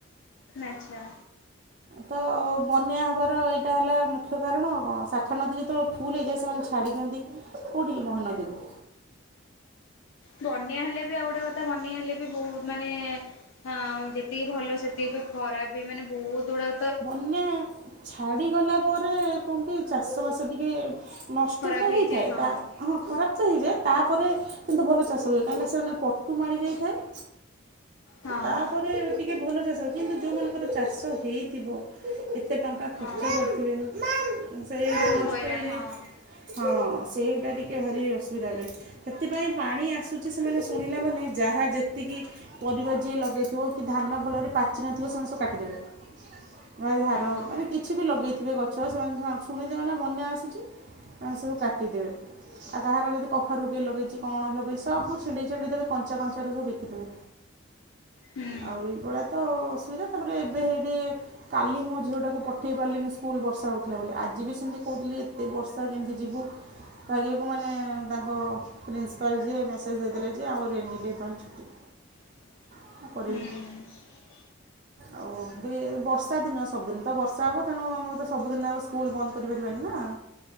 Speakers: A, on the left; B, on the right.
A: ଆଚ୍ଛା।
B: ତ ବନ୍ୟା ହବାର ଏଇଟା ହେଲା ମୁଖ୍ୟ କାରଣ କଣ ଶାଖା ନଦୀ ଯେତେବେଳେ ଫୁଲ ହେଏଯା ସେମାନେ ଛାଡ଼ି ଦିଅନ୍ତି କେଉଠିକି? ମହାନଦୀକୁ।
A: ବନ୍ୟା ହେଲେ ବି ଆଉ ଗୋଟେ କଥା ବନ୍ୟା ହେଲେ ବି ବହୁ ମାନେ ହଁ ଆଉ ଯେତିକି ଭଲ ସେତିକି ବି ଖରାପ ବି ମାନେ ବହୁତ ଗୁଡା
B: ବନ୍ୟା ଛାଡ଼ିଗଲା ପରେ କଅଁ କି ଚାଷବାସ ଟିକେ ନଷ୍ଟ
A: ଖରାପ
B: ତ
A: ହେଇଯାଏ
B: ହେଇଥାଏ
A: ହଁ
B: ତା ହଁ ଖରାପ ତ ହେଇଯା ତାପରେ, କିନ୍ତୁ ଭଲ ଚାଷ ହୁଏ କାଇଲେ ସେମାନେ ପଟୁ ମାଡି ଯାଇଥାଏ।
A: ହଁ
B: ତାପରେ ଟିକେ ଭଲ ଚାଷ ହ କିନ୍ତୁ ଯୋଉ ମାନଙ୍କର ଚାଷ ହେଇଥିବ ଏତେ ଟଙ୍କା ଖର୍ଚ୍ଚ
A: ହଁ
B: କରିଥିବେ ସେଇଆ
A: ବହୁତ
B: ନଷ୍ଟ
A: ହଇରାଣ
B: ହେଇଯାଇ,
A: ହଁ
B: ହଁ, ସେଇଟା ଟିକେ ଭାରି ଅସୁବିଧା ରହେ। ସେଥିପାଇଁ ପାଣି ଆସୁଛି ସେମାନେ ଶୁଣିଲା ମାନେ ଯାହା ଯେତିକି ପରିବା ଯିଏ ଲଗେଇଥିବ କି ଧାନ ଭଲରେ ପାଚି ନଥିବ ସେମାନେ ସବୁ କାଟିଦେବେ। ଯାହାର
A: ହଁ ହଁ
B: ମାନେ କିଛି ବି ଲଗେଇଥିବେ ଗଛ ସେମାନେ ଶୁଣିଦେବେ ନା ବନ୍ୟା ଆସୁଛି, ଆ ସବୁ କାଟିଦେବେ। ଆଉ କାହାର ଯଦି କଖାରୁ କିଏ ଲଗେଇଚି କଣ ଲଗେଇଚି ସବୁ ଛିଣ୍ଡେଇ ଛିଣ୍ଡେଇ ଦେବେ କଞ୍ଚା କଞ୍ଚାରୁ ସବୁ ବିକିଦେବେ।
A: ହୁଁ
B: ଆଉ ଏଇଭଳିଆ ତ ଅସୁବିଧା ତାପରେ ଏବେ ହେଇଠି କାଲି ମୋ ଝିଅଟାକୁ ପଠେଇ ପାରିଲିନି ସ୍କୁଲ ବର୍ଷା ହେଉଥିଲା ବୋଲି ଆଜି ବି ସେମିତି କହୁଥିଲି ଏତେ ବର୍ଷା କେମିତି ଯିବୁ। ପାଗିଆ କୁ ମାନେ ତାଙ୍କ ପ୍ରିନ୍ସିପାଲ୍ ଯିଏ ମେସେଜ୍ ଦେଇଦଲେ ଯେ ଆଉ ରେନି ଡେ ପାଇଁ ଛୁଟି।
A: ହୁଁ।
B: କଣ କରିବେ? ଆଉ ବି ବର୍ଷ ସା ଦିନ ସବୁଦିନ ତ ବର୍ଷା ହେବ ତେଣୁ ଆମେ ତେ ସବୁଦିନ ଆଉ ସ୍କୁଲ ବନ୍ଦ କରିପାରିବାନି ନା।